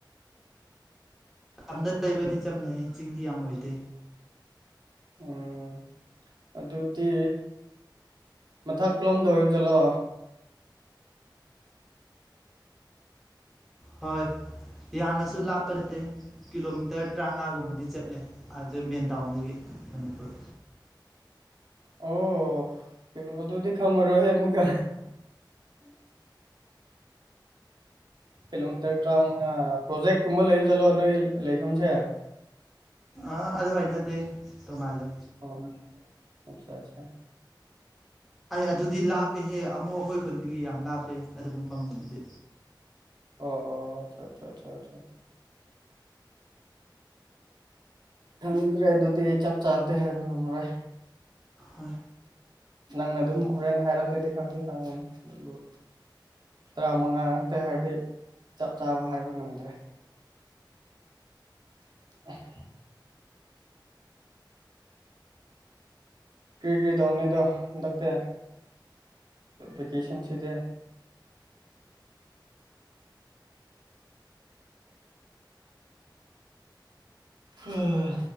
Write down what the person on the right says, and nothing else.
ꯎꯝ ꯑꯗꯨꯗꯤ ꯃꯊꯛꯂꯣꯝꯗ ꯑꯣꯏꯕꯖꯠꯂꯣ
ꯑꯣ ꯀꯤꯂꯣꯗꯨꯗꯤ ꯈꯪꯉꯔꯣꯏꯍꯦ ꯑꯃꯨꯛꯀ ꯀꯤꯂꯣꯃꯤꯇꯔ ꯇꯔꯥꯃꯉꯥ ꯄ꯭ꯔꯣꯖꯦꯛꯀꯨꯝꯕ ꯂꯩꯕ ꯆꯠꯂꯣ ꯅꯣꯏ ꯂꯩꯐꯝꯁꯦ
ꯑꯣ ꯑꯆꯥ ꯑꯠꯆꯥ
ꯑꯣ ꯑꯣ ꯑꯆꯥ ꯑꯆꯥ ꯑꯆꯥ ꯑꯆꯥ ꯈꯪꯗ꯭ꯔꯦ ꯑꯗꯨꯗꯤ ꯑꯩ ꯆꯞ ꯆꯥꯕꯗꯤ ꯍꯥꯏꯕ ꯉꯝꯔꯣꯏ
ꯅꯪꯅ ꯑꯗꯨꯝ ꯍꯣꯔꯦꯟꯅ ꯍꯥꯏꯔꯛꯇ꯭ꯔꯗꯤ ꯈꯪꯗꯤ ꯈꯪꯉꯅꯤ ꯑꯗꯨꯕꯨ ꯇꯔꯥꯃꯉꯥ ꯉꯥꯛꯇ ꯍꯥꯏꯔꯗꯤ ꯆꯞ ꯆꯥꯕ ꯍꯥꯏꯕ ꯉꯝꯗ꯭ꯔꯦ <unintelligible> ꯀ꯭ꯔꯤ ꯀ꯭ꯔꯤ ꯇꯧꯅꯤ ꯑꯗꯣ ꯍꯟꯗꯛꯇꯤ ꯚꯦꯀꯦꯁꯟꯁꯤꯗꯤ ꯎꯟ